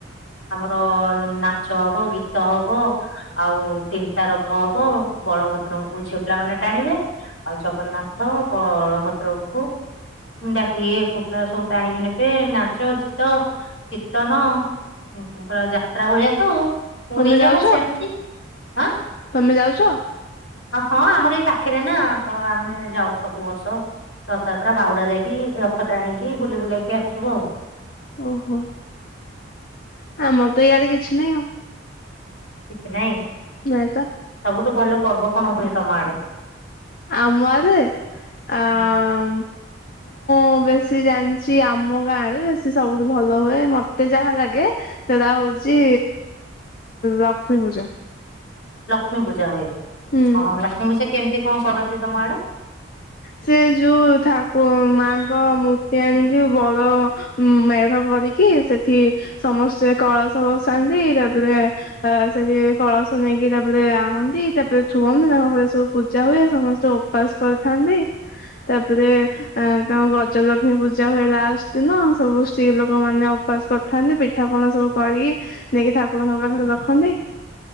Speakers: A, on the left; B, on the left.
A: ଆମର ନାଚ ହବ, ଗୀତ ହବ ଆଉ ତିନିଟା ରଥ ହବ, ବଳଭଦ୍ରଙ୍କୁ ଝିଅ ପିଲାମାନେ ଟାଣିବେ। ଆଉ ଜଗନ୍ନାଥ, ବଳଭଦ୍ରକୁ ଡାକିଲେ ପୁଅ ପିଲା ସବୁ ଟାଣିକି ନେବେ, ନାଚ, ଗୀତ, କୀର୍ତ୍ତନ ହୁଁ ପୁରା ଯାତ୍ରା ଭଳିଆ ତ ପୁରୀ
B: ତମେ
A: ଯାହା
B: ଯାଉଛ
A: ସେମିତି, ଆଁ
B: ତମେ ଯାଉଛ?
A: ହଁ ଆମର ଏଇ ପାଖରେ ନା ତ ଆମେ ଯାଉ ସବୁ ବର୍ଷ। ରଥଯାତ୍ରା ବାହୁଡା ଯାଇକି ରଥ ଟାଣିକି ବୁଲି ବୁଲାକି ଆସୁ ଆଉ।
B: ଓହୋ ଆମର ତ ଇଆଡେ କିଛି ନାହିଁ ଆଉ।
A: କିଛି ନାଇଁ।
B: ନାଇଁ ବା।
A: ସବୁଠୁ ଭଲ ପର୍ବ କଣ ହୁଏ ତମ ଆଡେ?
B: ଆମ ଆଡ଼େ, ଆଁ
A: ହୁଁ <inaudible>
B: ମୁଁ ବେଶୀ ଜାଣିଛି ଆମ ଗାଁରେ ବେଶୀ ସବୁଠୁ ଭଲ ହୁଏ ମତେ ଯାହା ଲାଗେ, ସେଟା ହଉଛି ଲକ୍ଷ୍ମୀ ପୂଜା।
A: ଲକ୍ଷ୍ମୀ ପୂଜା ହୁଏ,
B: ହୁଁ
A: ହଁ ଲକ୍ଷ୍ମୀ ପୂଜା କେମିତି କଣ କରନ୍ତି ତମ ଆଡେ?
B: ସେ ଯୋଉ ଠାକୁ ମାଙ୍କ ମୂର୍ତ୍ତି ଆଣିକି ବଡ ଉଁ ମେଢ଼ କରିକି ସେଠି ସମସ୍ତେ କଳସ ବସାନ୍ତି, ତାପରେ ଅ ସେଠି କଳସ ନେଇକି ତାପରେ ଆଣନ୍ତି ତାପରେ ଥୁଅନ୍ତି, ତାପରେ ସବୁ ପୂଜା ହୁଏ, ସମସ୍ତେ ଉପାସ କରିଥାନ୍ତି। ତାପରେ ତାଙ୍କ ଗଜଲକ୍ଷ୍ମୀ ପୂଜା ହୁଏ ଲାଷ୍ଟ ଦିନ ସବୁ ସ୍ତ୍ରୀ ଲୋକ ମାନେ ଉପବାସ କରିଥାନ୍ତି ପିଠା ପଣା ସବୁ କରିକି ନେଇକି ଠାକୁରଙ୍କ ପାଖରେ ରଖନ୍ତି।